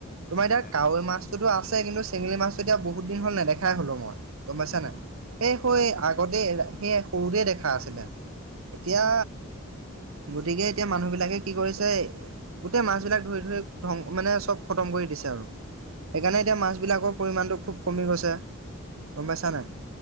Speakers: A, on the right (about 70°); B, on the left (about 40°).
A: তোমাৰ এতিয়া
B: হয়,
A: কাৱৈ
B: হয়,
A: মাছ টোটো আছে কিন্তু চেঙেলি মাছ টো এতিয়া বহুত দিন হল নেদেখাই হলো মই। গম পাইছা
B: উম,
A: নাই সেই হই
B: হয়, হয়,
A: আগতে সেই সৰুতে দেখা আছিলে। এতিয়া
B: হয়, হয়,
A: গতিকে এতিয়া মানুহ বিলাকে কি কৰিছে গোটেই মাছ বিলাক ধৰি ধৰি ধং মানে চব খতম কৰি দিছে আৰু। সেইকাৰণে এতিয়া মাছবিলাকৰ পৰিমাণটো খুব কমি গৈছে গম পাইছা নাই?